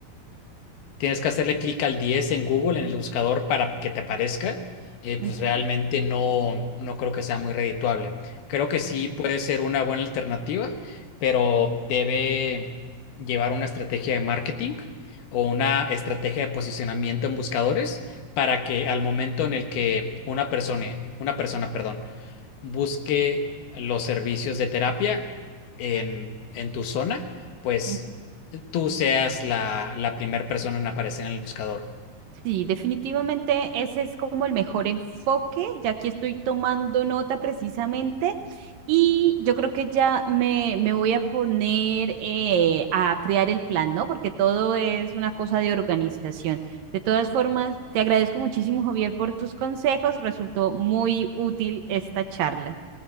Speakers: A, on the left (about 75°); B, on the right (about 70°).
A: Tienes que hacerle clic al 10 en Google, en el buscador, para que te aparezca. eh, pues
B: ujú,
A: realmente no, no creo que sea muy redituable. Creo que sí
B: sí,
A: puede ser una buena alternativa, pero debe llevar una estrategia de marketing o una estrategia de posicionamiento en buscadores para que al momento en el que una persona, una persona, perdón, busque los servicios de terapia en, en tu zona, pues
B: ujú.
A: tú seas la, la primera persona en aparecer en el buscador.
B: Sí, definitivamente ese es como el mejor enfoque, ya que estoy tomando nota precisamente y yo creo que ya me, me voy a poner eh, a crear el plan, ¿no? Porque todo es una cosa de organización. De todas formas, te agradezco muchísimo, Javier, por tus consejos. Resultó muy útil esta charla.